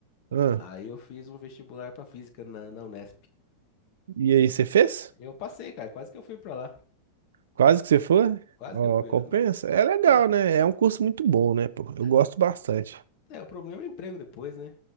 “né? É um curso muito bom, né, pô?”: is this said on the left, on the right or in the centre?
Right